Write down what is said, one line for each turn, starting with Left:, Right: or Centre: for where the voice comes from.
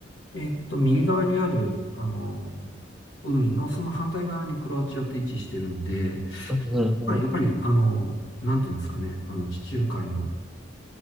Left: えーっと、右側にある、あの、海のその反対側にクロアチアって位置してるんで、
Centre: うんうん
Left: まあ、やっぱり、あの、なんていうんですかね。あの、地中海の、